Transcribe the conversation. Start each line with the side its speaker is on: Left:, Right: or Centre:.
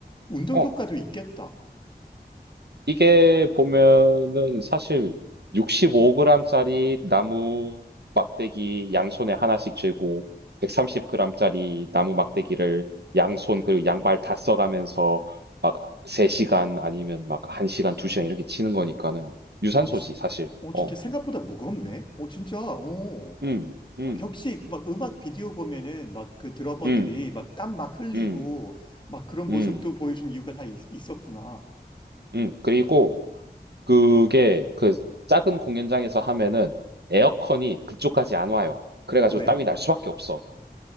Left: 운동
Right: 어.
Left: 효과도 있겠다.
Right: 이게 보면은 사실 65g짜리 나무 막대기 양손에 하나씩 쥐고 130g짜리 나무 막대기를 양손 그리고 양발 다 써가면서 막 3시간 아니면 막 1시간, 2시간 이렇게 치는 거니까는 유산소지
Left: 어, 스-
Right: 사실.
Left: 어,
Right: 어.
Left: 진짜 생각보다 무겁네. 어, 진짜, 어.
Right: 음. 음.
Left: 어, 역시 막 음악 비디오 보면은 막 그 드러머들이
Right: 음.
Left: 막 땀 막 흘리고
Right: 음.
Left: 막 그런 모습도
Right: 음.
Left: 보여준 이유가 다 있, 있었구나.
Right: 음. 그리고 그게 그 작은 공연장에서 하면은 에어컨이 그쪽까지 안 와요. 그래가지고
Left: 왜?
Right: 땀이 날 수밖에 없어.